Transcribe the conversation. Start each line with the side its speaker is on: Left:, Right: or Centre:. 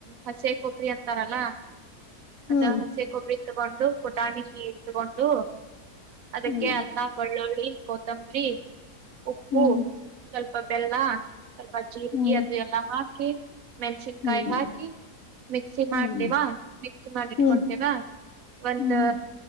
Right: ಹಸಿ ಕೊಬ್ಬರಿ ಅಂತಾರಲ್ಲ
Left: ಹ್ಮ್
Right: ಅದ ಹಸಿ ಕೊಬ್ಬರಿ ತಗೊಂಡು ಪುಟಾಣಿ ತಗೊಂಡು ಅದಕ್ಕೆ
Left: ಹ್ಮ್
Right: ಅನ್ನ ಬಳ್ಳುಳ್ಳಿ ಕೊತ್ತಂಬ್ರರಿ ಉಪ್ಪು
Left: ಹ್ಮ್
Right: ಸ್ವಲ್ಪ ಬೆಲ್ಲ ಸ್ವಲ್ಪ ಜೀರಿಗೆ
Left: ಹ್ಮ್
Right: ಅದೆ ಎಲ್ಲ ಹಾಕಿ ಮೆನ್ಸಿಿನಕಾಯ
Left: ಹ್ಮ್ ಹ್ಮ್
Right: ಹಾಕಿ ಮಿಕ್ಸಿ
Left: ಹ್ಮ್
Right: ಮಾಡ್ತೇವಾ ಮಿಕ್ಸಿ ಮಾಡಿಟ್ಕೊತೇವಾ
Left: ಹ್ಮ್ ಹ್ಮ್ ಹ್ಮ್
Right: ಒಂದ
Left: ಹ್ಮ್